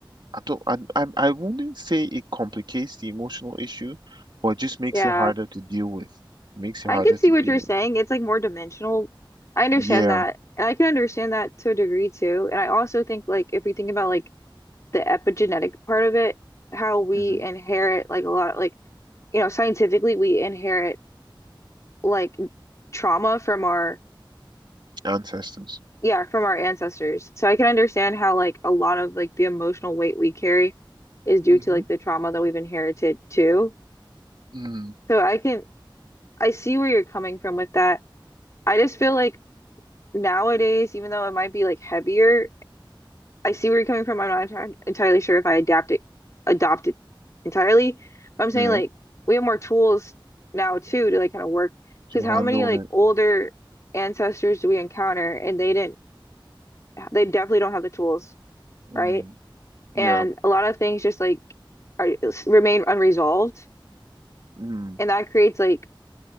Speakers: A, on the right; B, on the left.
A: I don't, I, I, I wouldn't say it complicates the emotional issue, but it just makes
B: Yeah.
A: it harder to deal with. It makes it
B: I
A: harder
B: could
A: to
B: see what
A: deal
B: you're
A: with.
B: saying. It's like more dimensional. I understand
A: Yeah.
B: that. And I can understand that to a degree too. And I also think like if we think about like the epigenetic part of it, how we
A: hmm
B: inherit like a lot of like, you know, scientifically we inherit like trauma from our
A: Ancestors.
B: yeah, from our ancestors. So I can understand how like a lot of like the emotional weight we carry is due
A: hmm
B: to like the trauma that we've inherited too.
A: Mm.
B: So I can I see where you're coming from with that. I just feel like nowadays, even though it might be like heavier, I see where you're coming from. I'm not enti- entirely sure if I adapt it, adopt it entirely. But I'm saying
A: Yeah.
B: like we have more tools now too to like kind of work
A: To
B: because
A: handle
B: how many like
A: it.
B: older ancestors do we encounter and they didn't they definitely don't have the tools,
A: Mm.
B: right?
A: Yeah.
B: and a lot of things just like are remain unresolved
A: Mm.
B: and that creates like